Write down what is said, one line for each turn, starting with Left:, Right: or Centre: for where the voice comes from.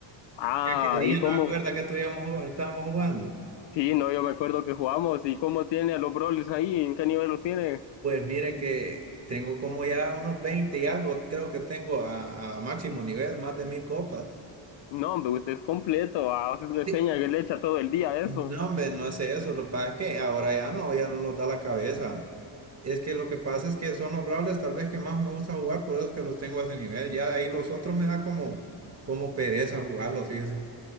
Left: ah,
Right: Y aquel día
Left: y cómo,
Right: no me acuerdo que estuvimos, ju- estábamos jugando.
Left: Sí, no, yo me acuerdo que jugamos y cómo tiene a los Brawlers ahí, en qué nivel los tiene.
Right: Pues mire que tengo como ya unos 20 y algo, creo que tengo a, a máximo nivel, más de mil copas.
Left: No, hombre, usted es completo, ah, le enseña
Right: Sí.
Left: que le echa todo el día a eso.
Right: No, hombre, no sé eso, lo que pasa es que ahora ya no, ya no nos da la cabeza. Es que lo que pasa es que son los Brawlers tal vez que más me gusta jugar, por eso es que los tengo a ese nivel. Ya ahí los otros me da como, como pereza jugarlos, fíjese.